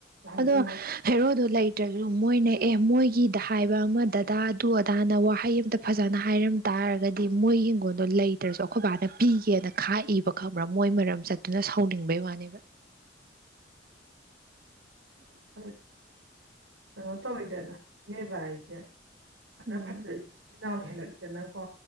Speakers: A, on the right (about 80°); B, on the right (about 50°).
A: ꯍꯧꯖꯤꯛ
B: ꯑꯗꯣ
A: ꯑꯃꯨꯛ
B: ꯐꯦꯔꯣꯗꯨꯣ ꯂꯩꯇ꯭ꯔꯁꯨ ꯃꯣꯏꯅ ꯑꯦ ꯃꯣꯏꯒꯤꯗ ꯍꯥꯏꯕ ꯑꯃ ꯗꯗꯥꯗꯨ ꯑꯗꯥꯅ ꯋꯥꯍꯩ ꯑꯃꯇ ꯐꯖꯅ ꯍꯥꯏꯔꯝ ꯇꯥꯔꯒꯗꯤ ꯃꯣꯏꯒꯤ ꯍꯤꯡꯒꯣꯟꯜꯗꯣ ꯂꯩꯇ꯭ꯔꯁꯨ ꯑꯩꯈꯣꯏ ꯕꯥꯅ ꯄꯤꯒꯦꯅ ꯈꯥꯛꯏꯕ ꯈꯪꯕ꯭ꯔꯥ ꯃꯣꯏ ꯃꯔꯝ ꯆꯠꯇꯨꯅ ꯁꯥꯎꯅꯤꯡꯕꯩ ꯋꯥꯅꯦꯕ
A: ꯍꯥꯏꯕꯗꯤ ꯀꯩꯅꯣ ꯇꯧꯋꯤꯗꯅ ꯃꯤꯑꯣꯏꯕ ꯍꯥꯏꯁꯦ ꯐꯅ
B: ꯎꯝ
A: ꯐꯠꯇꯔꯤꯁꯦ ꯏꯤꯟꯅꯥꯎ ꯍꯦꯜꯂꯛꯇꯅ ꯀꯣ